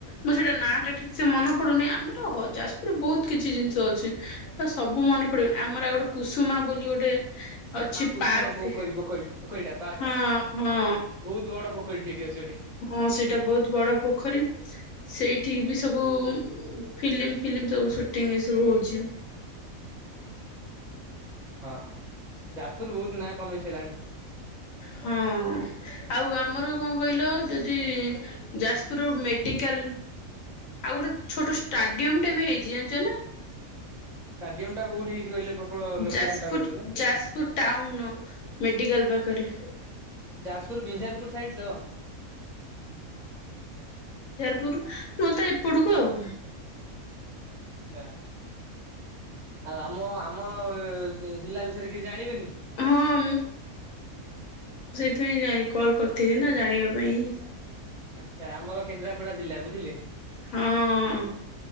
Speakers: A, on the left; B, in the centre.
A: ମୁଁ ସେଇଟା ନାଁ ଟା ଠିକ ସେ ମନ ପଡୁନି, ଆମର ଯାଜପୁରରେ ବହୁତ କିଛି ଜିନିଷ ଅଛି, ତ ସବୁ ମନ ପଡିବନି ଆମର ଗୋଟେ କୁସୁମ ବୋଲି ଗୋଟେ ଅଛି
B: ହଁ କୁସୁମା
A: ପାର୍କଟେ
B: ପୋଖରୀ, ପୋଖରୀ, ପୋଖରୀ ଟା, ପାର୍କା
A: ହଁ
B: ଟା
A: ହଁ
B: ବହୁତ ବଡ ପୋଖରୀଠେ ଅଛି ସେଠି।
A: ହଁ ସେଇଟା ବହୁତ ବଡ ପୋଖରୀ ସେଇଠିକ ବି ସବୁ ଫିଲ୍ମ, ଫିଲ୍ମ ସବୁ ସୁଟିଙ୍ଗ ଏ ସବୁ ହଉଛି।
B: ହଁ ଯାଜପୁର ବହୁତ ନାଁ କମେଇ ସାରିଲାଣି।
A: ହଁ ହଁ, ଆଉ ଆମର କଣ କହିଲ ଯଦି- ଯାଜପୁର ମେଡିକାଲ ଆଉ ଗୋଟେ ଛୋଟ ଷ୍ଟାଡିୟମ ଟା ବି ହେଇଛି ଜାଣିଛ ନା?
B: ଷ୍ଟାଡିୟମ୍ ଟା କଉଠି ହେଇଛି କହିଲେ? ପ୍ରପର ଲୋକେସନ
A: ଯାଜପୁର,
B: ଟା କୋଉଠି କହିଲ?
A: ଯାଜପୁର ଟାଉନର ମେଡିକାଲ ପାଖରେ।
B: ଯାଜପୁର ବିଞ୍ଜାରପୁର ସାଇଡ ତ।
A: ପୁର ନୁହେଁ ତା ଏପଟକୁ ଆଉ।
B: ହଁ। ଆଉ ଆମ ଆମ ଜିଲ୍ଲା ବିଷୟରେ କିଛି ଜାଣିବେନି?
A: ହଁ କେମିତି ଜାନିଲି ତଁ କଲ୍ କରିଥିଲି ନା ଜାଣିବା ପାଇଁ।
B: ଆଛା, ଆମର କେନ୍ଦ୍ରାପଡା ଜିଲ୍ଲା ବୁଝିଲେ।
A: ହଁ